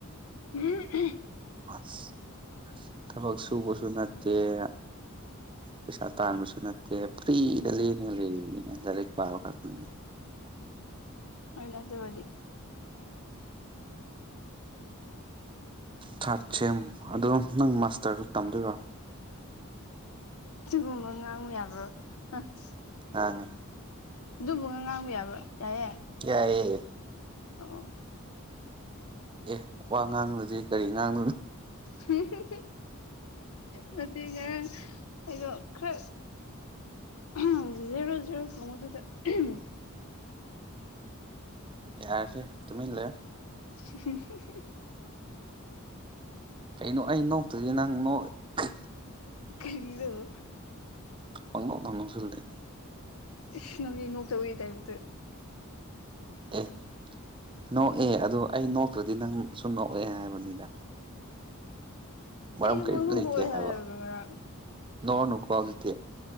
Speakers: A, on the left; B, on the right.
A: <unintelligible>
B: ꯑꯁ ꯊꯕꯛ ꯁꯨꯕꯁꯨ ꯅꯠꯇ‌ꯦ꯫ ꯄꯩꯁꯥ ꯇꯥꯟꯕꯁꯨ ꯅꯠꯇꯦ ꯐ꯭ꯔꯤꯗ ꯂ‌ꯦꯡꯗ ꯂꯩꯔꯤꯅꯤꯅ‌ꯦ ꯂꯥꯏꯔꯦꯛ ꯄꯥꯕ ꯈꯛꯇꯅꯤ꯫
A: ꯍꫭꯏ ꯂꯗꯨꯕꯨꯗꯤ꯫
B: ꯊ꯭ꯔꯠ ꯁꯦꯝ ꯑꯗꯣ ꯅꯪ ꯃꯥꯁꯇ꯭ꯔꯁꯨ ꯇꯝꯗꯣꯏꯔꯣ꯫
A: ꯁꯤꯒꯨꯝꯕ ꯉꯥꯡꯕ ꯌꯥꯕ꯭ꯔꯣ <unintelligible>
B: ꯉꯥꯡꯉ‌ꯦ꯫
A: ꯑꯗꯨꯕꯨ ꯉꯥꯡꯕ ꯌꯥꯕ꯭ꯔꯣ ꯌꯥꯏꯌ‌ꯦ꯫
B: ꯌꯥꯏꯌꯦ꯫
A: ꯑꯣ꯫
B: ꯑꯦ ꯋꯥ ꯉꯥꯡꯂꯨꯔꯗꯤ ꯀꯔꯤ ꯉꯥꯡꯂꯨ꯫
A: ꯍꯨꯡꯍꯨꯡꯍꯨꯡ ꯅꯠꯇ‌ꯦ ꯉꯔꯥꯡ ꯑꯩꯗꯣ ꯈꯔ꯫ ꯑꯍꯝ ꯖꯦꯔꯣ ꯖꯦꯔꯣ ꯐꯪꯕꯗꯨꯗ ꯑꯍꯝ꯫
B: ꯌꯥꯔꯦꯁꯦ ꯇꯨꯃꯤꯟ ꯂꯩꯌ‌ꫭ꯫
A: <unintelligible>
B: ꯀꯩꯅꯣ ꯑꯩ ꯅꯣꯛꯇ꯭ꯔꯗꯤ ꯅꯪ ꯅꫭꯛꯑꯦ꯫
A: ꯀꯔꯤꯅꫭ꯫
B: ꯄꯪꯅꫭꯛꯇ ꯅꫭꯛꯁꯜꯂ‌ꯦ꯫
A: ꯏꯁ ꯅꯪꯗꯤ ꯅꯣꯛꯇꯕꯩ ꯇꯥꯏꯞꯇ꯫
B: ꯑꯦ ꯅꯣꯛꯑꯦ ꯑꯗꯨ ꯑꯩ ꯅꯣꯛꯇ꯭ꯔꯗꯤ ꯅꯪꯁꯨ ꯅꯣꯛꯑꯦ ꯍꯥꯏꯕꯅꯤꯗ꯫ ꯃꯔꯝ
A: ꯑꯩꯁꯨ
B: ꯀꯔꯤꯇ
A: ꯄꯪꯅꯣꯛ
B: ꯂꯩꯇꯦ
A: ꯅꯣꯛꯑꯦ
B: ꯍꯥꯏꯕ
A: ꯍꯥꯏꯔꯒ ꯉꯔꯥꯡ
B: ꯅꯣꯛꯑꯅꯨꯀꯣ ꯍꯧꯖꯤꯛꯇꯤ꯫